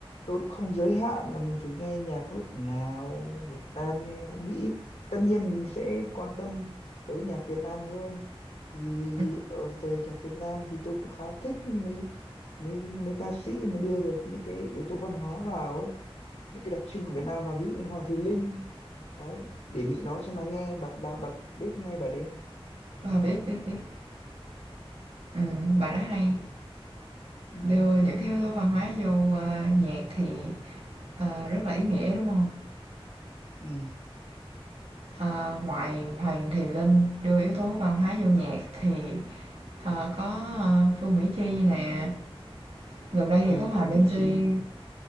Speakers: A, on the left; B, on the right.
A: tôi cũng không giới hạn là mình phải nghe nhạc nước nào Việt Nam hay Âu Mỹ tất nhiên mình sẽ quan tâm tới nhạc Việt Nam hơn thì
B: Ừ.
A: ờ, về nhạc Việt Nam thì tôi cũng khá thích mấy mấy mấy ca sĩ mà đưa được những cái yếu tố văn hóa vào ấy những cái đặc trưng của Việt Nam vào ví dụ như Hoàng Thùy Linh đấy để Mỹ nói cho mà nghe bạc bạc bạc biết nghe bài đấy không
B: Ờ, biết biết biết. Ừ, bà đó hay.
A: ừ.
B: Đưa những cái yếu tố văn hóa vô, a, nhạc thì, ờ, rất là ý nghĩa, đúng không?
A: ừ.
B: Ờ, ngoài Hoàng Thùy Linh đưa yếu tố văn hóa vô nhạc thì, ờ, có, ơ, Phương Mỹ Chi nè, gần đây
A: ờ,
B: thì có Hòa
A: Phương
B: Minzy,
A: Mỹ Chi